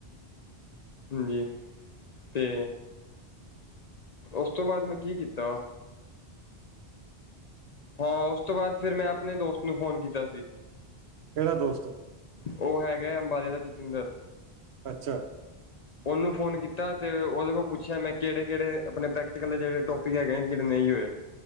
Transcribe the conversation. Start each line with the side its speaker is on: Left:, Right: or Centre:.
Left: ਹਾਂਜੀ ਤੇ ਉਸ ਤੋਂ ਬਾਅਦ ਮੈਂ ਕੀ ਕੀਤਾ ਹਾਂ ਉਸ ਤੋਂ ਬਾਅਦ ਫੇਰ ਮੈਂ ਆਪਨੇ ਦੋਸਤ ਨੂੰ ਫੋਨ ਕੀਤਾ ਸੀ
Right: ਕਿਹੜਾ ਦੋਸਤ
Left: ਉਹ ਹੈਗਾ ਅੰਬਾਲੇ ਦਾ ਜਤਿੰਦਰ
Right: ਅੱਛਾ
Left: ਹ <inaudible> ਉਹਨੂੰ ਫੋਨ ਕੀਤਾ ਤੇ ਉਹਦੇ ਕੋਲ ਪੁੱਛਿਆ ਮੈਂ ਕਿਹੜੇ ਕਿਹੜੇ ਆਪਣੇ ਪ੍ਰੈਕਟੀਕਲ ਦੇ ਜਿਹੜੇ ਟੋਪਿਕ ਹੈਗੇ ਨੇ ਜਿਹੜੇ ਨਹੀਂ ਹੋਏ